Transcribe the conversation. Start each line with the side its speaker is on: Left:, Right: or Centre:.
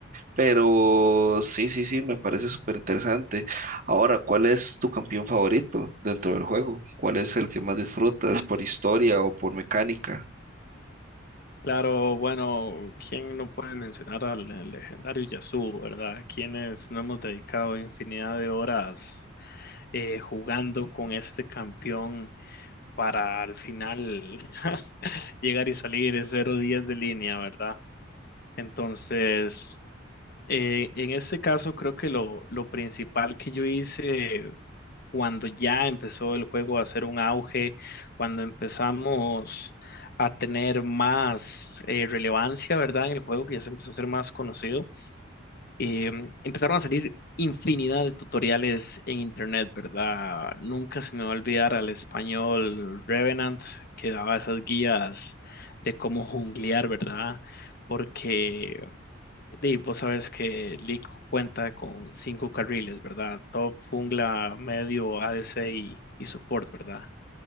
Right: Pero sí, sí, sí, me parece súper interesante. Ahora, ¿cuál es tu campeón favorito dentro del juego? ¿Cuál es el que más disfrutas por historia o por mecánica?
Left: Claro, bueno, ¿quién no puede mencionar al al legendario Yasuo, verdad? Quienes no hemos dedicado infinidad de horas eh, jugando con este campeón para al final <laughs> llegar y salir en 0-10 de línea, ¿verdad? Entonces, eh, en este caso creo que lo, lo principal que yo hice cuando ya empezó el juego a hacer un auge, cuando empezamos a tener más eh, relevancia, ¿verdad? En el juego que ya se empezó a ser más conocido, em, empezaron a salir infinidad de tutoriales en internet, ¿verdad? Nunca se me va a olvidar al español Revenant que daba esas guías de cómo junglear, ¿verdad? Porque y vos sabes que League cuenta con cinco carriles, ¿verdad? Top, jungla, medio, ADC y, y support, ¿verdad?